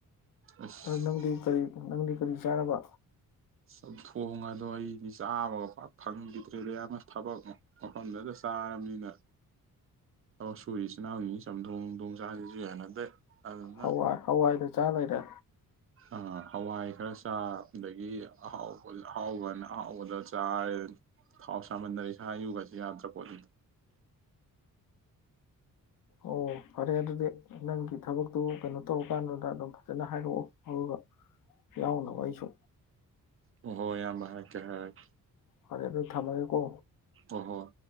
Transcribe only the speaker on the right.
ꯑꯁ
ꯆꯝꯊꯣꯡ ꯑꯗꯣ ꯑꯩꯗꯤ ꯆꯥꯕꯒ ꯄꯥꯛ ꯐꯪꯈꯤꯗ꯭ꯔꯦꯗ ꯌꯥꯝꯅ ꯊꯕꯛ ꯃꯐꯝꯗꯨꯗ ꯆꯥꯔꯕꯅꯤꯅ ꯊꯕꯛ ꯁꯨꯔꯤ ꯏꯆꯤꯜ ꯏꯅꯥꯎꯅꯤ ꯆꯝꯊꯣꯡꯊꯣꯡ ꯆꯥꯁꯤꯁꯨ ꯌꯥꯅꯗꯦ꯫ ꯑꯗꯨꯅ
ꯑ ꯍꯋꯥꯏ ꯈꯔ ꯆꯥ ꯑꯗꯒꯤ ꯑꯍꯥꯎꯕ ꯑꯍꯥꯎꯕꯅ ꯑꯍꯥꯎꯕꯗ ꯆꯥꯔꯦ ꯊꯥꯎ ꯁꯥꯃꯟꯗ ꯏꯁꯥ ꯌꯨꯒꯁ ꯌꯥꯗ꯭ꯔꯥ ꯄꯣꯠꯅꯤ꯫
ꯑꯣꯍꯣ ꯏꯌꯥꯝꯕ ꯍꯥꯏꯔꯛꯀꯦ ꯍꯥꯏꯔꯛꯀꯦ꯫
ꯍꫭ ꯍꯣꯏ꯫